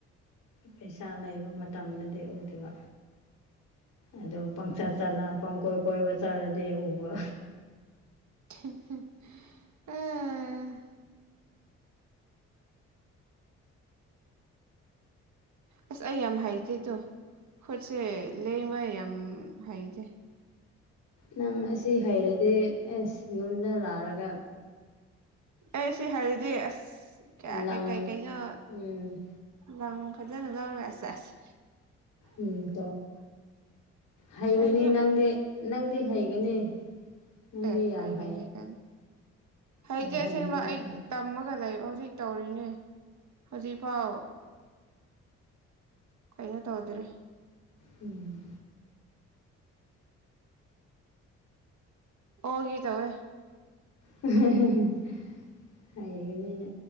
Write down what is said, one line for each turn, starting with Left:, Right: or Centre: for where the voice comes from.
Left: ꯄꯩꯁꯥ ꯂꯩꯕ ꯃꯇꯝꯗꯗꯤ ꯎꯗꯦꯕ ꯑꯗꯨꯝ ꯄꯪꯁ ꯄꯪꯀꯣꯏ ꯀꯣꯏꯕ ꯆꯠꯂꯗꯤ ꯎꯕ
Right: <unintelligible> <unintelligible> ꯑꯁ ꯑꯩ ꯌꯥꯝ ꯍꯥꯏꯖꯦꯗꯣ ꯈꯨꯠꯁꯦ ꯂꯦꯡꯕ ꯌꯥꯝ ꯍꯥꯏꯖꯩ
Left: ꯅꯪ ꯑꯁꯤ ꯍꯩꯔꯗꯤ ꯑꯁ ꯌꯨꯝꯗ ꯂꯥꯛꯔꯒ
Right: ꯑꯩ ꯁꯤ ꯍꯥꯏꯔꯤꯗꯤ ꯑꯁ ꯀꯌꯥ
Left: ꯂꯪ
Right: ꯀꯩ ꯀꯩ ꯀꯩꯅꯣ
Left: ꯎꯝ
Right: ꯂꯪ ꯐꯖꯅ ꯂꯧꯔꯒ ꯁꯦꯁ
Left: ꯎꯝ ꯇꯣ ꯍꯩꯒꯅꯤ
Right: ꯀꯩꯅꯣ
Left: ꯅꯪꯗꯤ ꯅꯪꯗꯤ ꯍꯩꯒꯅꯤ ꯅꯪꯗꯤ
Right: ꯑꯦ
Left: ꯌꯥꯝ
Right: ꯍꯥꯏꯒꯅꯤ
Left: ꯍꯩ
Right: ꯀꯅꯤ ꯍꯥꯏꯖꯁꯦꯡꯕ
Left: ꯌꯥꯝ ꯍꯩꯌꯦ ꯅꯪꯗꯤ
Right: ꯑꯩ ꯇꯝꯃꯒ ꯂꯩꯔꯣ ꯍꯧꯖꯤꯛ ꯇꯧꯔꯤꯅꯦ ꯍꯧꯖꯤꯛꯐꯥꯎ ꯀꯩꯅꯣ ꯇꯧꯗ꯭ꯔꯤ
Left: ꯎꯝ
Right: ꯑꯣꯒꯦ ꯇꯧꯋꯦ
Left: <unintelligible> ꯍꯩꯒꯅꯤꯅꯦ